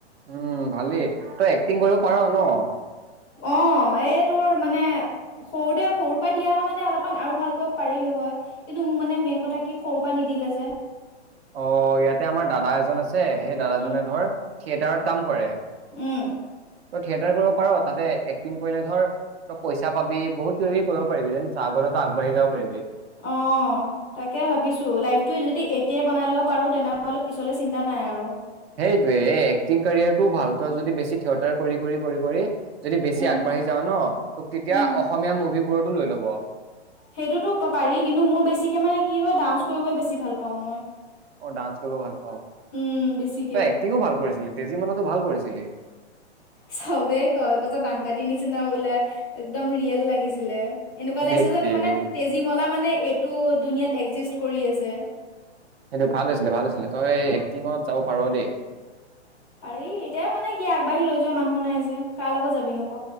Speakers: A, on the right (about 60°); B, on the left (about 20°).
A: উম ভালেই তই এক্টিং কৰিব পাৰ ন?
B: অঁ এই তোৰ মানে সৰুতে সৰুৰ পৰা দিয়া হ মানে অলপমান আৰু ভালকৈ পাৰিলো হয়। কিন্তু মোক মানে মেইন কথা কি সৰুৰ পৰা নিদি - লে যে।
A: অ ইয়াতে আমাৰ দাদা এজন আছে, সেই দাদাজনে
B: উম
A: ধৰ থিয়েটাৰত কাম কৰে।
B: উম।
A: তই থিয়েটাৰ কৰিব পাৰ তাতে এক্টিং কৰিলে ধৰ, তই পইচা পাবি বহুত কিবি কৰিব পাৰিবি যে চাগৰৰত আগবাঢ়ি যাব পাৰিবি।
B: অ তাকে ভাবিছো লাইফটো যদি এতিয়া- বনাই ল'ব পাৰোঁ তেনেহ'লে পিছলৈ চিন্তা নাই আৰু।
A: সেইটোৱে এক্টিং কেৰিয়াৰটো ভাল যদি বেছি থিয়েটাৰ কৰি কৰি। যদি বেছি
B: উম
A: আগবাঢ়ি যাওঁ ন, তোক তেতিয়া
B: উম
A: অসমীয়া মুভিবোৰতো লৈ লব।
B: সেইটোতো পাৰি। কিন্তু মোৰ বেছিকে মানে কি হয় ডান্স কৰিবই বেছি ভাল পাও মই।
A: অ ডান্স কৰিব ভাল পাওঁ,
B: উম বেছিকে
A: তই এক্টিঙো ভাল কৰিছিলি তেজীমলাতো ভাল কৰিছিলি।
B: চবেই কৈ কছ দাং কতি নিচিনা বোলে, একদম ৰিয়েল লাগে। এনেকুৱা
A: ধেত
B: লাগি যেন
A: তেৰি
B: মানে তেজীমলা মানে এইটোন কৰি আছে।
A: সেইটো ভাল হৈছিলে ভাল আছিলে। তই এক্টিঙত যাব পাৰ দেই।
B: পাৰি এতিয় মানে কি আগবাঢ়ি লৈ যোৱা মানুহ নাই যে। কাৰ লগত যাবি নক